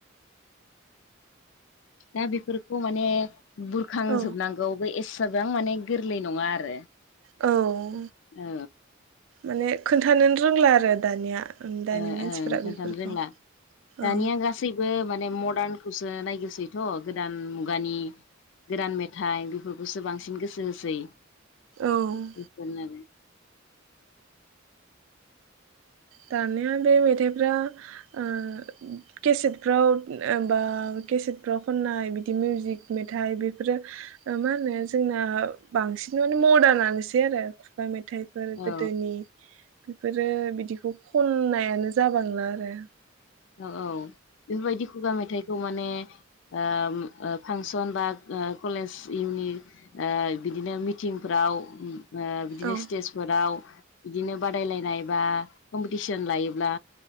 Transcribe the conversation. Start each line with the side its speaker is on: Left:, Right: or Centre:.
Left: दा बेफोरखौ माने बुरखांजोबनांगौबो
Right: औ
Left: एसे बेसेबां माने गोरलै नङा आरो
Right: औ
Left: औ
Right: माने खोन्थानो रोंला आरो दानिया दानि
Left: ओ
Right: मानसिफोरा
Left: ओं खोन्थानो
Right: बेफोरखौ
Left: रोंला दानिया
Right: औ
Left: गासैबो माने म र्आदनखौसो नायगिरसैथ गोदान मुगानि गोदान मेथाइ बेफोरखौसो बांसिन गोसो होसै
Right: औ
Left: इफोरनो
Right: दानिया बे मेथाइफ्रा ओ केसेटफ्राव बा केसेटफ्राव खननाय बिदि मिउजिक मेथाइ बेफोरो ओ मा होनो जोंना बांसिन माने मर्दानासै आरो खुगा मेथाइ थाइफोर
Left: औ
Right: गोदोनि बेफोर आरो बिदि बखौ खननायानो जाबांला आरो
Left: औ औ बेफोरबायदि खुगा मेथाइखौ माने ओ फांसन बा ओ कलेजनि ओ बिदिनो मिथिंफ्राव ओ बिदिनो
Right: औ
Left: स्टेजफोराव बिदिनो बादायलायनाय बा कम्पिटिसन लायोब्ला